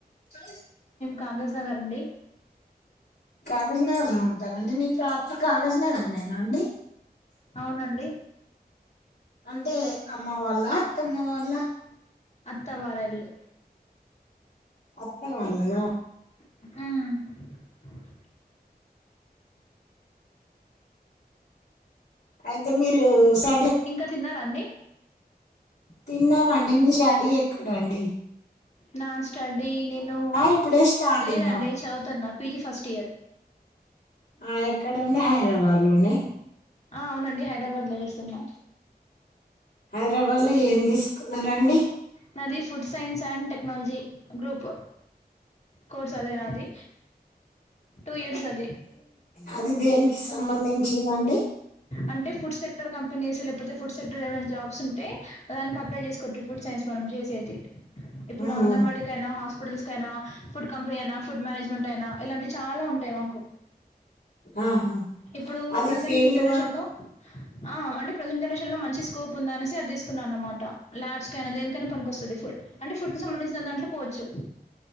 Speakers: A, on the left; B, on the left.
A: అ
B: కాగజ్నగర్ అండి
A: కాగజ్ నగర్ లో ఉంటారండి మీ ప్రాపర్ కా గజ్ నగరనేనా అండి
B: అవునండి
A: అంటే అమ్మ వాళ్ళ అత్తమ్మ వాళ్ళ
B: అత్తమ్మ వారిల్లు
A: అత్త వాళ్ళదా
B: ఉ
A: అయితే మీరు స్టడీ ఏక్
B: ఇంకా తిన్నారా అండి
A: తిన్నామండి మీ స్టడీ ఏ క్కడండి
B: నా స్టడీ నేను
A: ఇప్పుడే స్టార్టింగ్
B: లేదండి చదువుతన్నా పీజీ ఫస్ట్ ఇయర్
A: ఆ ఎక్కడండి హైదరాబాద్ లోనే
B: ఆ అవునండి హైదరాబాద్ లో చేస్తున్నా
A: హైదరాబాద్ ల ఏం తీసుకున్నరండి
B: నాది food science and technology group course అదేనా అది టూ ఇయర్స్ అది
A: అది దేనికి సంబంధించిందండి
B: అంటే ఫుడ్ సెక్టర్ కంపెనీస్ లేపోతే ఫుడ్ సెక్టర్ ఏమై జాబ్స్ ఉంటే దానికి అప్లై చేసుకోటు ఫుడ్ సైన్ న్స్ మనం చేసేది ఇప్పుడు
A: ఉమ్
B: అంగన్వాడికైనా హాస్పిటల్స్ కైన ఫుడ్ కంపెనీ అయినా ఫుడ్ మేనేజ్మెంట్ అయినా ఇలాంటి చాలా ఉంటాయి మాకు
A: ఆహా
B: ఇప్పుడు
A: అది
B: ప్రసెంట్
A: ఫీల్డ్
B: జనరేషన్
A: వర్క్
B: లో ఆ అంటె ప్రజెంట్ జనరేషన్ లో మంచి స్కోప్ ఉంద అనేసి అది తీసుకున్నా అన్నమాట ల్యాబ్స్ కైనా దేనికైనా పనికోస్తది ఫుల్ అంటే ఫుడ్ కు సంబంధించిన దాంట్లో పోవచ్చు